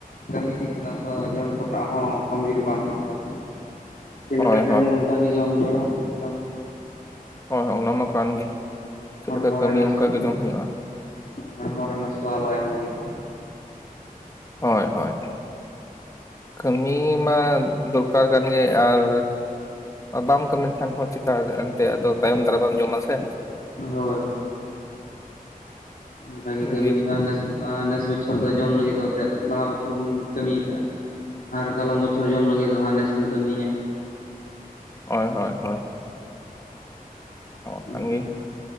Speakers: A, on the left (about 70°); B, on the left (about 20°).
A: ᱠᱟᱹᱢᱤ ᱫᱤᱱ ᱠᱟᱱᱟ ᱛᱚ ᱡᱚᱢ ᱠᱚᱨᱮᱱᱟᱜ ᱦᱚᱸ ᱠᱚᱢ ᱡᱩᱨᱤ ᱵᱟᱝ ᱦᱤᱡᱩᱜᱼᱟ᱾ ᱪᱮᱫ
B: ᱦᱳᱭ
A: ᱞᱮᱠᱟ ᱠᱟᱹᱢᱤ ᱚᱱᱠᱟᱜ ᱜᱮ ᱡᱚᱢ ᱡᱚᱲᱟ ᱡᱚᱢ ᱦᱚᱸ᱾
B: ᱦᱚᱭ ᱦᱚᱭ ᱚᱱᱟᱢᱟ ᱠᱟᱱ ᱜᱮ ᱪᱮᱫᱞᱮᱠᱟ
A: ᱦᱚᱲᱢᱚ ᱨᱮ
B: ᱠᱟᱹᱢᱤ
A: ᱱᱚᱥᱴᱚ
B: ᱚᱝᱠᱟ ᱜᱮ ᱡᱚᱢ ᱦᱩᱭᱩᱜᱼᱟ᱾
A: ᱦᱚᱲᱢᱚ ᱨᱮ ᱱᱚᱥᱴᱚ ᱟᱞᱚ ᱮᱢ ᱞᱟᱹᱜᱤᱫ ᱛᱮ᱾
B: ᱦᱳᱭ ᱦᱳᱭ ᱠᱟᱹᱢᱤ ᱢᱟ ᱫᱚᱨᱠᱟᱨ ᱠᱟᱱ ᱜᱮ ᱟᱨ ᱵᱟᱢ ᱠᱟᱹᱢᱤ ᱞᱮᱠᱷᱟᱱ ᱦᱚᱸ ᱪᱮᱠᱟ ᱮᱱᱛᱮ ᱟᱫᱚ ᱛᱟᱭᱚᱢ ᱫᱟᱨᱟ ᱢᱮᱢ ᱡᱚᱢᱟ ᱥᱮ᱾
A: ᱦᱳᱭ ᱚᱱᱠᱟ ᱜᱮ ᱠᱟᱹᱢᱤ
B: ᱫᱤᱭᱮ
A: ᱦᱩᱭᱩᱜᱼᱟ ᱱᱮ ᱱᱮᱥ ᱵᱚᱪᱷᱚᱨ ᱫᱚ ᱡᱚᱢ ᱞᱟᱹᱜᱤᱫ ᱫᱚ ᱮ ᱞᱟᱦᱟ ᱵᱚᱪᱷᱚᱨ ᱵᱚᱱ ᱠᱟᱹᱢᱤ ᱠᱟᱜᱼᱟ ᱟᱨ ᱠᱟᱞᱚᱢ ᱵᱚᱪᱷᱚᱨ ᱡᱚᱢ ᱞᱟᱹᱜᱤᱫ ᱫᱚ ᱦᱟᱸᱜ ᱱᱮᱥ ᱵᱚᱱ ᱠᱟᱹᱢᱤᱭᱮᱫᱼᱟ
B: ᱦᱳᱭ ᱦᱳᱭ ᱦᱳᱭ ᱱᱚ
A: ᱚᱱᱠᱟ
B: ᱠᱟᱱ ᱜᱮ